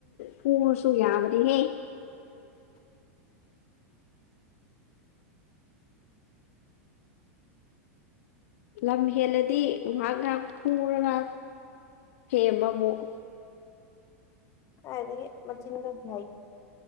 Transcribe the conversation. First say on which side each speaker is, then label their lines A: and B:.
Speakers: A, on the left (about 65°); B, on the left (about 40°).
A: ꯄꯨꯔꯁꯨ ꯌꯥꯕꯗꯤ ꯍꯦ ꯂꯝ ꯍꯦꯜꯂꯗꯤ ꯉꯥꯏꯍꯥꯛ ꯉꯥꯏꯍꯥꯛ ꯐꯨꯔꯒ ꯍꯦꯃꯕꯨꯨ
B: ꯍꯥꯏꯗꯤ ꯃꯆꯦꯅ ꯀ ꯐꯏ